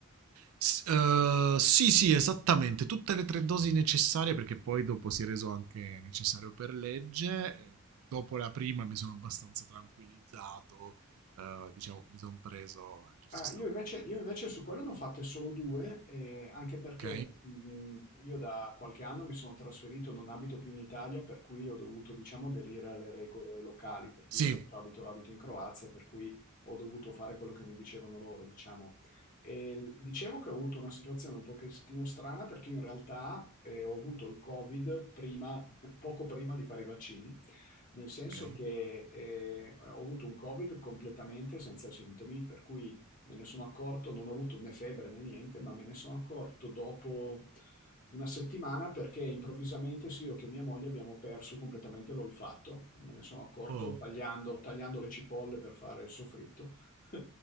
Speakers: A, on the right; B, on the left.
A: S- eh, sì, sì, esattamente, tutte le tre dosi necessarie perché poi dopo si è reso anche necessario per legge. Eh, Dopo la prima mi sono abbastanza tranquillizzato, eh, diciamo, mi sono preso, ah, giusto
B: Ah,
A: stavo
B: io invece,
A: un po',
B: io invece su quello ne ho fatte solo due, eh, anche perché
A: ok?
B: mh, io da qualche anno mi sono trasferito, non abito più in Italia, per cui ho dovuto, diciamo, aderire alle regole locali, per cui
A: Sì,
B: io adesso abito, abito in Croazia, per cui ho dovuto fare quello che mi dicevano loro, diciamo. E l- dicevo che ho avuto una situazione un pochettino strana perché in realtà eh, ho avuto il Covid prima, <laughs> poco prima di fare i vaccini, nel senso
A: ok.
B: che eh, ho avuto un Covid completamente senza sintomi, per cui... Me ne sono accorto, non ho avuto né febbre né niente, ma me ne sono accorto dopo una settimana perché improvvisamente sì, io che mia moglie abbiamo perso completamente l'olfatto. e Me ne sono accorto
A: Oh,
B: tagliando, tagliando le cipolle per fare il soffritto. <laughs>